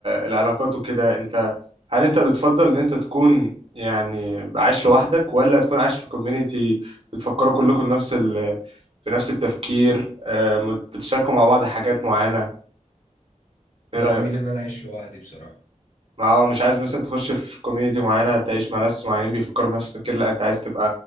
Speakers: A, on the right; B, on the left.
A: العلاقات وكده انت هل انت بتفضل ان انت تكون يعني عايش لوحدك ولا تكون عايش في كوميونيتي بتفكروا كلكم نفس ال في نفس التفكير آه، مت- بتشاركوا مع بعض حاجات معينه ايه
B: لا
A: رايك
B: هميل ان انا اعيش لوحدي بصراحة
A: ما هو مش عايز مثلا تخش في كوميونيتي معينه تعيش مع ناس معينين بيفكروا بنفس التفكير لا انت عايز تبقى